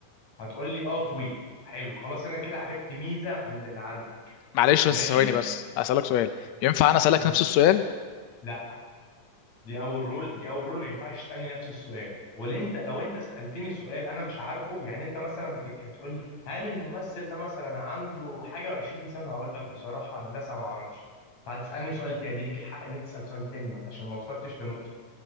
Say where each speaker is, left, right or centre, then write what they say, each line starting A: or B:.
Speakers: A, on the left; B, on the left.
A: هتقول لي اه طويل حلو خلاص انا كده عرفت ميزه عند اللي عندك
B: معلش بس
A: ماشي
B: ثواني بس اسالك سؤال ينفع انا اسالك
A: ماشي
B: نفس السؤال
A: لا دي اول رول دي اول رول ما ينفعش تسالني نفس السؤال ولا انت لو انت سالتني سؤال انا مش عارفه يعني انت مثلا بتك... تقول لي هل الممثل ده مثلا عنده حاجه و20 سنه هقول لك بصراحه هندسه ما اعرفش فهتسالني سؤال تاني ليك الحق ان انت تسال سؤال تاني ما انت عشان ما وصلتش لنقطه